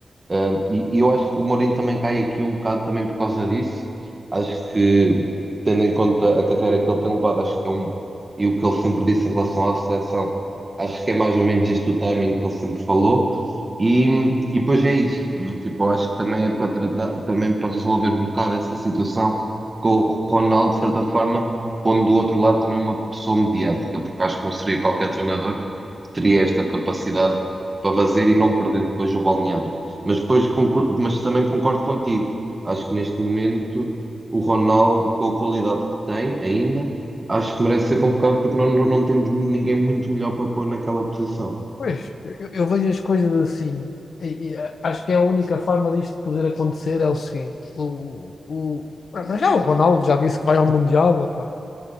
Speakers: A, on the right; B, on the left.
A: Um, e, e eu acho que o Mourinho também cai aqui um bocado também por causa disso. Acho que, tendo em conta a carreira que ele tem levado, acho que é um. E o que ele sempre disse em relação à seleção, acho que é mais ou menos este o timing que ele sempre falou. E, e depois é isso. do Tipo, eu acho que também é para tratar, também para resolver um bocado essa situação com o Ronaldo, de certa forma, pondo do outro lado também uma pessoa mediática, porque acho que não seria qualquer treinador que teria esta capacidade para fazer e não perder depois o balneário. Mas depois concor- mas também concordo contigo. Acho que neste momento o Ronaldo, com a qualidade que tem ainda, acho que merece ser convocado porque não, não, não temos ninguém muito melhor para pôr naquela posição.
B: Pois, eu, eu vejo as coisas assim. E, e, eh, acho que é a única forma disto poder acontecer é o seguinte: o, o, ah, para já o Ronaldo já disse que vai ao Mundial, opá.